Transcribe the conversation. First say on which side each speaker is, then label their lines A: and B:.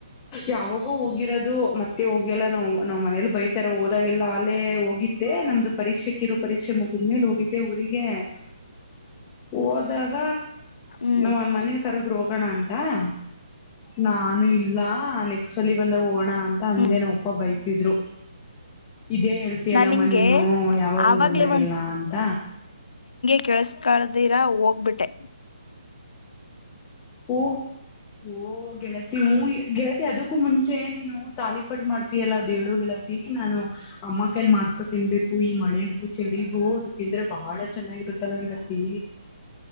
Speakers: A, on the left; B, on the left.
A: ಯಾವಾಗೂ ಹೋಗಿರೋದು ಮತ್ತೆ ಹೋಗಿಲ್ಲ ನಾವು ನಾವ್ ಮನೇಲಿ ಬೈತಾರ ಹೋದಾಗೆಲ್ಲಾ ಅಲ್ಲೇ ಹೋಗಿದ್ದೆ ನಮ್ದು ಪರೀಕ್ಷೆ ಇಿರು ಪರೀಕ್ಷೆ ಮುಗಿದ ಮೇಲೆ ಹೋಗಿದ್ದೆ ಊರಿಗೆ ಗ ಹೋದಾಗ
B: ಹ್ಮ್
A: ನಾ ಮನೇಲಿ ಕರದ್ ಹೋಗೋಣ ಅಂತ ಹಾ ನಾನು ಇಲ್ಲ ಸಲಿ ಬಂದ ಹೋಗೋಣ ಅಂತ ಅಂದೇನ
B: ಹ್ಮ್
A: ಒಪ್ಪ ಬೈತಿದ್ರು ಇದೇ ಹೇಳ್ತಿಯಲ್ಲಮ್ಮ
B: ನಾ ನಿಂಗೆ
A: ನೀನು ಯಾವಾಗ್ಲುೂ
B: ಆವಾಗ್ಲೇ
A: ಬಂದಾಗಲ್ಲ ಅಂತ
B: ಕೆೇಸ್ಕಳ್ದಿರಾ ಹೋಗ ಹೋಗ್ಬಿಟ್ಟೆ
A: ಓ ಓ ಗೆಳತಿ ಹ ಗೆಳತಿ ಅದಕ್ಕೂ ಮುಂಚೆ ನೀನು ತಾಳಿಪಟ್ ಮಾಡ್ತಿಯಲ್ಲ ದಳು ಗೆಳತಿ ನಾನು ಅಮ್ಮ ಕೈಲ್ ಮಾಡಸ್ಕೊ ತಿನ್ಬೇಕು ಈ ಮಳೆಗೂ ಚಳಿಗೂ ಅದು ತಿಂದ್ರೆ ಬಹಳ ಚೆನ್ನಾಗಿರುತ್ತಲ್ಲ ಗೆಳತಿ